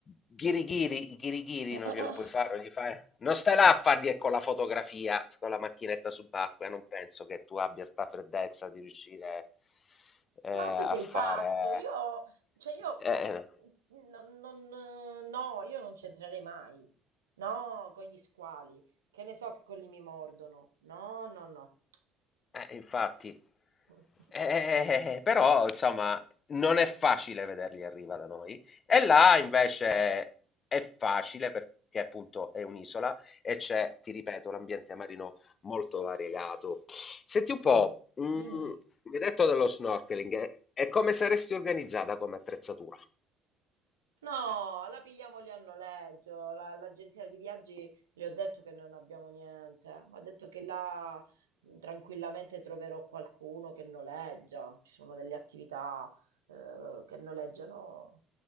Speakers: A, on the left; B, on the right.
A: ghirigiri, ghirigiri
B: <laughs>
A: non glielo puoi fare, non gli fai- non stai là a fargli eh, con la fotografia, con la macchinetta subacquea, non penso che tu abbia sta freddezza di riuscire. Ehm,
B: Ma tu
A: a
B: sei
A: fare
B: pazzo, io, cioè io,
A: eh,
B: mm, non- non- no, io non c'entrerei mai, no, con gli squali, che ne so che quelli mi mordono, no, no, no.
A: eh, infatti.
B: <laughs>
A: Eh, però insomma non è facile vederli arriva da noi. E là invece è facile perché appunto è un'isola e c'è, ti ripeto, l'ambiente marino molto variegato. Senti un po',
B: Mm.
A: mh,
B: Dimmi.
A: mi hai detto dello snorkeling, e e come saresti organizzata come attrezzatura?
B: No, la pigliamo lì a noleggio. la- L'agenzia di viaggi le ho detto che non abbiamo niente, ma ha detto che là mh, tranquillamente troverò qualcuno che noleggia. Ci sono delle attività eh, che noleggiano.